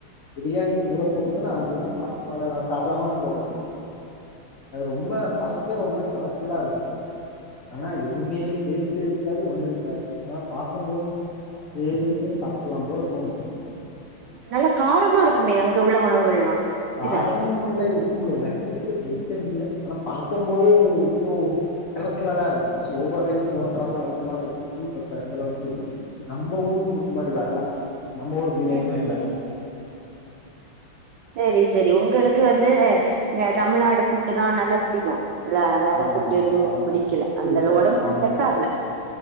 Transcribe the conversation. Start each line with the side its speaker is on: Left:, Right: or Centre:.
Left: பிரியாணி தூர போட்டதுன்னா அங்க தா சாப்பாட நா சாப்படாம தூர போட்ருக்கோ அது ரொம்ப பாக்கே ரொம்ப கலர்ஃபுல்லா இருக்கும் ஆனா எதுமே டேஸ்ட்டு இருக்காது ஒண்ணும் இருக்காது ஆனா பாக்கம்போது அப்டியே சாப்ருக்கலா போல தோணு
Right: நல்லா காரமா இருக்குமே அங்க உள்ள உணவுகள்லா அப்டிதானே
Left: காரமும் இல்லை உப்பும் இல்லை எனக்கு பிடிக்கல டேஸ்ட்டே புடிக்கல ஆனா பாக்கும் போதே எதோ கலர் கலரா இருந்துச்சு ஒவ்வொரு ரைஸ்சும் ஒவ்வொரு கலர்ல கலந்த மாறி இருந்துச்சு பட் அந்தளவுக்கு நம்ம ஊர் ஃபுட் மாறி வர்ல நம்ம ஊர் பிரியாணி
Right: சேரி
Left: மாற்
Right: சேரி
Left: வர்ல
Right: சேரி சேரி உங்களுக்கு வந்து இங்க தமிழ்நாடு ஃபுட்டு் தா நல்லா புடிக்கும் இல்ல வேற
Left: ஆமாம்,
Right: ஃபுட் எதுமே
Left: ஆம்.
Right: புடிக்கல அந்தளவு
Left: பிடிக்காது.
Right: ஒடம்புக்கு
Left: ஆம்,
Right: செட் ஆகல